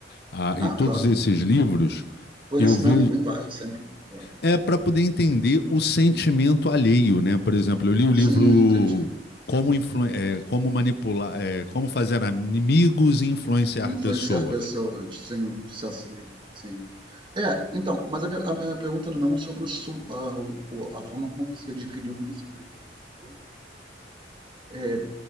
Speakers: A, on the left (about 60°); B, on the right (about 25°).
A: ah,
B: Não,
A: e todos
B: claro.
A: esses livros,
B: Conhecimento
A: eu vejo.
B: bem válido sempre, claro.
A: É para poder entender o sentimento alheio, né? Por exemplo, eu li o
B: Sim,
A: livro
B: entendi.
A: Como, Influ- eh, Como Manipular, eh, Como Fazer Amigos e Influenciar
B: Influenciar
A: Pessoas.
B: pessoas, sim, um sucesso livre, sim. É, então, mas a minha a minha pergunta não é um sobre o su a o a forma como você adquiriu o conhecimento, isso é sempre louvável. Eh,